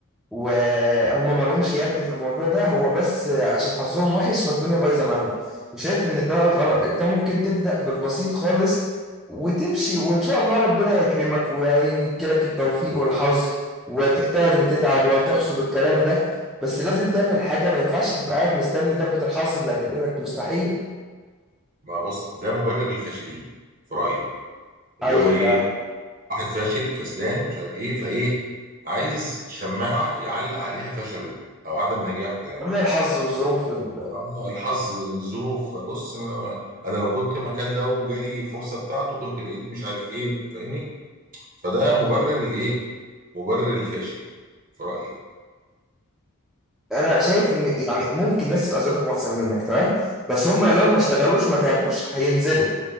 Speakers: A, in the centre; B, on the right.
A: وهم ما لهمش يد في الموضوع ده هو بس عشان حظهم وحش فالدنيا بايظه معاهم وشايف ان ده غلط انت ممكن تبدا بالبسيط خالص وتمشي وان شاء الله ربنا هيكرمك وهيجيلك التوفيق والحظ وتجتهد وتتعب وتحصد الكلام ده بس لازم تعمل حاجه ما ينفعش تبقى قاعد مستني ضربه الحظ اللي هتنقلك مستحيل
B: ما بص ده مبرر للفاشلين في رايي اللي
A: هي-
B: هو ايه واحد فاشل كسلان مش عارف ايه فايه عايز شماعه يعلق عليها فشله او عدم نجاحه يعني
A: لولا الحظ والظروف ال...
B: اه الحظ الظروف بص ما ما- انا لو كنت مكان ده وجالي الفرصه بتاعته كنت بقيت مش عارف ايه فاهمني فده مبرر الايه مبرر الفاشل في رايي
A: انا شايف ان يعني ممكن ناس تبقى ظروفهم احسن منك تمام بس هم لو ما اشتغلوش ما تعبوش هينزلوا